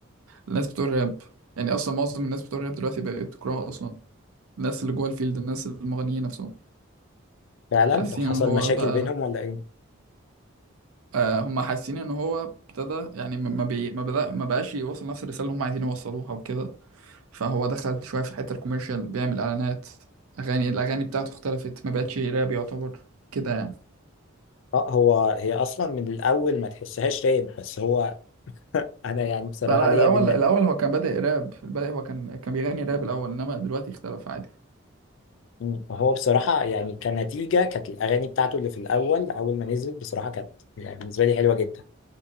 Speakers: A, on the right; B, on the left.
A: الناس بتوع الراب يعني اصلا معظم الناس بتوع الراب دلوقتي بقت تكرهه اصلا الناس اللي جوه الفيلد الناس المغنيين نفسهم
B: فعلا
A: حاسين
B: ده حصل
A: ان هو
B: مشاكل
A: بقى
B: بينهم ولا ايه
A: آه هم حاسين ان هو ابتدى يعني ما ما بي ما بدأ ما بقاش يوصل نفس الرساله اللي هم عايزين يوصلوها وكده فهو دخل شوية في الحتة الكوميرشال بيعمل إعلانات أغاني الأغاني بتاعته اختلفت ما بقتش راب يعتبر كده يعني
B: اه هو هي اصلا من الاول ما تحسهاش رايب بس هو انا يعني بصراحه
A: لا لا
B: ليا
A: الأول
B: بن...
A: الأول هو كان بادئ راب البداية هو كان كان بيغني راب الأول إنما دلوقتي اختلف عادي
B: مم. هو بصراحه يعني كنتيجه كانت الاغاني بتاعته اللي في الاول اول ما نزلت بصراحه كانت يعني بالنسبه لي حلوه جدا